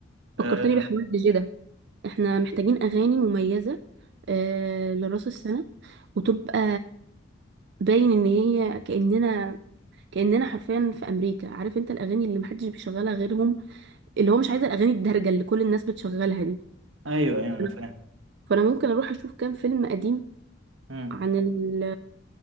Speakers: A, on the right (about 60°); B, on the right (about 75°).
A: فكرتني
B: أه
A: بحوار الدي جي ده احنا محتاجين أغاني مميزة آه لراس السنة وتبقى باين إن هي كأننا كأننا حرفيا في أمريكا عارف انت الأغاني اللي محدش بيشغلها غيرهم اللي هو مش عايز الأغاني الدارجة اللي كل الناس بتشغلها دي
B: ايوه ايوه انا
A: فأنا
B: فاهم
A: فأنا ممكن أروح أشوف كام فيلم قديم
B: مم.
A: عن ال